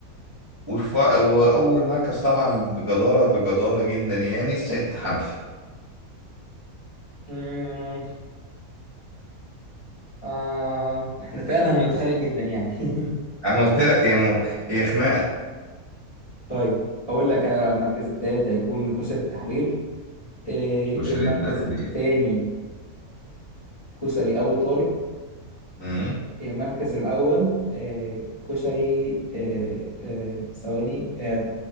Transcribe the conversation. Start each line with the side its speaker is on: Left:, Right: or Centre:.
Right: والف... وأول مركز طبعا بجدارة بجدارة جدا يعني السيد حنفي
Left: مم. آه. احنا فعلا هنتخانق جدا يعني <laughs>
Right: أنا قلت لك هي م... هي خناقة
Left: طيب اقول لك انا بقى المركز الثالث هيكون كسر التحرير آه،
Right: وشان
Left: المركز
Right: التحرير
Left: الثاني كسري ابو طارق
Right: أمم.
Left: المركز الاول آه، كسري آه، آه، ثواني آه،